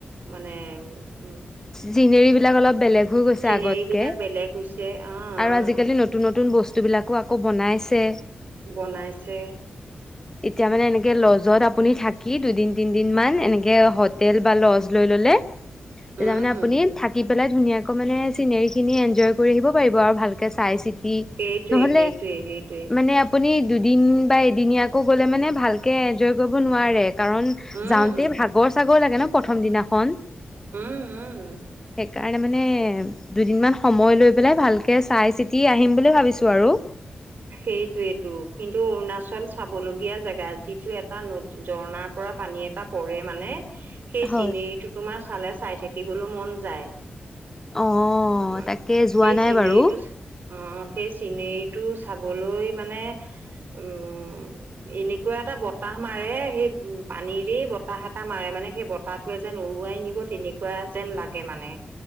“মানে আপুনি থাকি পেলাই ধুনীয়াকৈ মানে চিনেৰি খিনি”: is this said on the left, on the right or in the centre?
Left